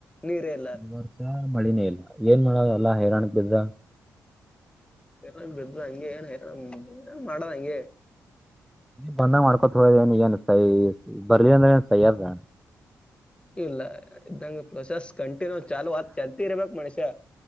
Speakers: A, on the left (about 15°); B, in the centre.
A: ನೀರೇ ಇಲ್ಲ
B: ವರ್ಷ ಮಳಿನೇ ಇಲ್ಲ ಏನ್ ಮಾಡದಲ್ಲ ಹೈರಾಣ ಬಿದ್ದದ
A: ಹಂಗ ಬದ ಹಂಗೆ ಏನ್ ಹೈರಾಣ ಮಾಡದ ಹಂಗೆ
B: ಬಂದಾಗ ಮಾಡ್ಕೊತ ಹೋಗದನ್ ಈಗೇಏನ್ ಸೈ ಬರ್ಲಿಲ್ಲ ಅಂದ್ರ ಏನ್ ಸೈಯದ್ ಅದ
A: ಇಲ್ಲ ಇದಂಗ ಪ್ರೊಸೆಸ್ ಕಂಟಿನ್ಯೂ ಚಾಲ ಆತ್ ಚಲ್ತಿ ಇರ್ಬೇಕ್ ಮನುಷ್ಯಾ